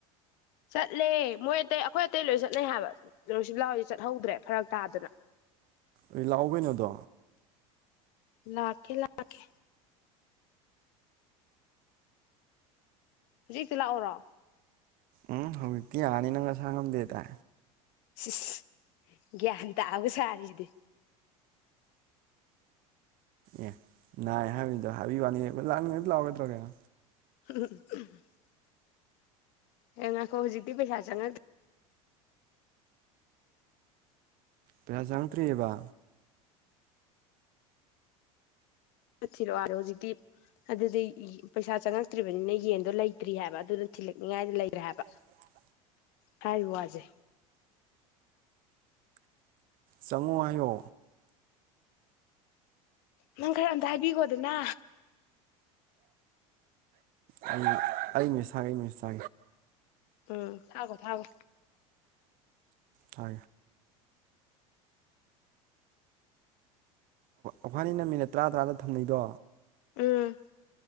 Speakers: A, on the left; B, on the right.
A: ꯆꯠꯂꯦ ꯃꯣꯏ ꯑꯇꯩ ꯑꯩꯈꯣꯏ ꯑꯇꯩ ꯂꯣꯏ ꯆꯠꯅꯩ ꯍꯥꯏꯕ ꯂꯣꯏꯁꯤ ꯂꯥꯎꯗꯤ ꯆꯠꯍꯧꯗ꯭ꯔꯦ ꯐꯔꯛ ꯇꯥꯗꯅ
B: ꯑꯩ ꯂꯥꯛꯑꯣ ꯀꯩꯅꯣꯗꯣ
A: ꯂꯥꯛꯀꯦ ꯂꯥꯛꯀꯦ ꯍꯧꯖꯤꯛꯇꯤ ꯂꯥꯛꯑꯣꯔꯣ
B: ꯎꯝ ꯍꯧꯇꯤ ꯑꯅꯤ ꯅꯪ ꯉ ꯁꯥꯡꯒꯝꯗꯦ ꯇꯦ
A: ꯁꯤꯁ ꯒ꯭ꯌꯥꯟ ꯇꯥꯑꯒ ꯁꯥꯔꯤꯁꯤꯗꯤ
B: ꯑꯦ ꯅꯥꯏ ꯍꯥꯏꯕꯅꯤꯗꯣ ꯍꯥꯏꯕꯤ ꯋꯥꯅꯤ ꯂꯥꯛꯅꯤꯡꯉꯩ ꯂꯥꯛꯒꯗ꯭ꯔꯣ ꯀꯩꯅꯣ
A: <inaudible> ꯍꯉꯈꯣ ꯍꯧꯖꯤꯛꯇꯤ ꯄꯩꯁꯥ ꯆꯪ
B: ꯄꯦꯖꯪ ꯐ꯭ꯔꯤꯌꯦꯕ
A: ꯆꯠ ꯊꯤꯔꯛꯑꯣꯔꯣ ꯍꯧꯖꯤꯛꯇ ꯑꯗꯨꯗꯤ ꯄꯩꯁꯥ ꯆꯪꯉꯛꯇ꯭ꯔꯤꯕꯅꯤꯅ ꯌꯦꯟꯗꯣ ꯂꯩꯇ꯭ꯔꯤ ꯍꯥꯏꯕ ꯑꯗꯨꯗꯣ ꯊꯤꯜꯂꯛꯅꯤꯉꯥꯏꯗ ꯂꯩꯈ꯭ꯔꯦ ꯍꯥꯏꯕ
B: ꯑ
A: ꯍꯥꯏꯥꯏꯔꯤꯕꯖꯦ
B: ꯆꯪꯉꯣ ꯍꯥꯏꯌꯣ
A: ꯅꯪ ꯈꯔ ꯑꯝꯇ ꯍꯥꯏꯕꯤꯈꯣꯗꯅ
B: ꯑꯩ ꯑꯩ ꯃꯤꯁꯒꯦ ꯑꯩ ꯃꯤ ꯁꯦ
A: ꯎꯝ ꯊꯥꯒꯣ ꯊꯥꯒꯣ
B: ꯇ ꯑꯩꯅꯤꯅ ꯃꯤꯅꯠ ꯇꯔꯥ ꯇꯔꯥꯗ ꯊꯝꯅꯩꯗꯣ
A: ꯑꯥ